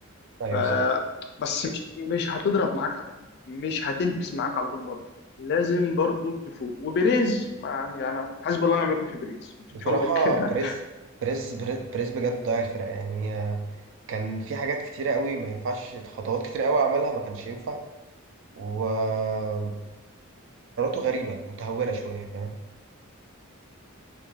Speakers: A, on the right; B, on the left.
A: أيوه
B: ف
A: صح.
B: بس مش مش هتضرب معاك على طول مش هتلبس معاك على طول برضه لازم برضه تفوق وبيريز ما يعني انا حسب الله ونعم الوكيل في بيريز مش
A: بصراحة
B: مش هقول غير كده
A: بريز بريز بريز بريز بجد ضيع الفرقة يعني هي كان في حاجات كتيرة قوي ما ينفعش خطوات كتيرة قوي عملها ما كانش ينفع وقراراته غريبة متهورة شوية فاهم